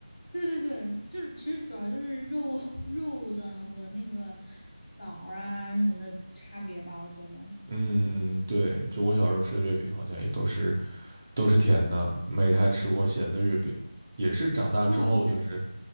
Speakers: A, on the left (about 70°); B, on the right (about 25°).
A: 对对对，就是其实主要就是肉 <laughs> 肉的和那个枣儿啊什么的差别吧，我觉得
B: 嗯，对，就我小时候吃的月饼好像也都是都是甜的，没太吃过咸的月饼。也是长大之后，
A: 挺好吃的。
B: 就是